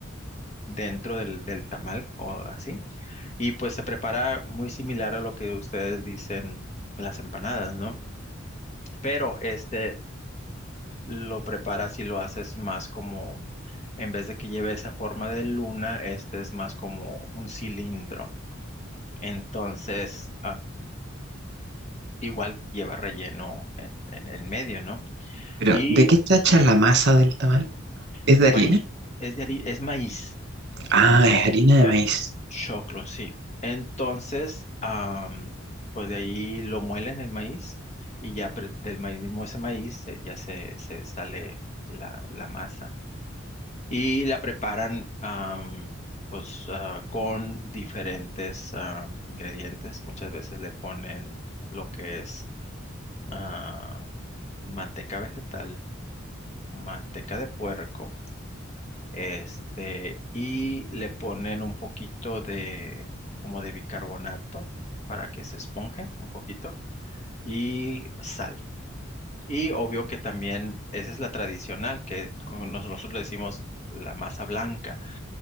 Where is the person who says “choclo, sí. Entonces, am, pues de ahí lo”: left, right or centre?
Left